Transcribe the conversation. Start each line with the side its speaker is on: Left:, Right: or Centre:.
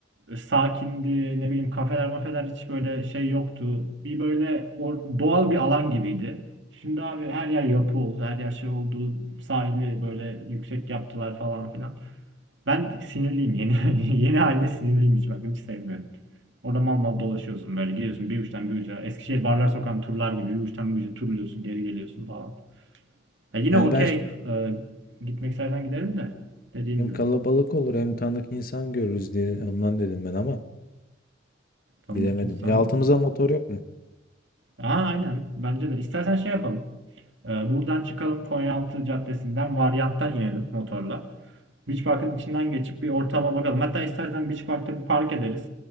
Right: sakindi ne bileyim kafeler mafeler hiç böyle şey yoktu. Bir böyle o, doğal bir alan gibiydi. Şimdi abi her yer yapı oldu, her yer şey oldu. Sahili böyle yüksek yaptılar falan filan. Ben sinirliyim yeni <laughs> yeni haline sinirliyim hiç bakın hiç sevmiyorum. Orada mal mal dolaşıyorsun böyle gidiyorsun bir uçtan bir uca. Eskişehir Barlar Sokağı'nın turlar gibi bir uçtan bir uca turluyorsun geri geliyorsun falan. Ya yine
Left: Yani
Right: okey.
Left: ben ş-
Right: Ee, gitmek istersen gidelim de. Dediğim
Left: hem
Right: gibi.
Left: kalabalık olur hem tanıdık insan görürüz diye ondan dedim ben ama
Right: Tanıdık
Left: bilemedim.
Right: insan.
Left: Ya altımıza motor yok mu?
Right: Aa, aynen. Bence de. İstersen şey yapalım. Ee, buradan çıkalım. Konyaaltı Caddesi'nden varyanttan inelim motorla. Beach Park'ın içinden geçip bir ortama bakalım. Hatta istersen Beach Park'ta bir park ederiz.